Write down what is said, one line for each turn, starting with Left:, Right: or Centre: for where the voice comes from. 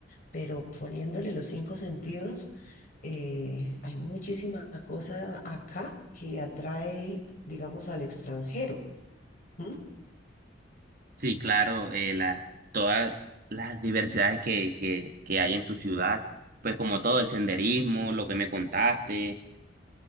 Left: Pero poniéndole los cinco sentidos, eh, hay muchísima cosa acá que atrae, digamos, al extranjero. ¿m?
Right: Sí, claro, eh, la, todas las diversidades que, que, que hay en tu ciudad, pues como todo el senderismo, lo que me contaste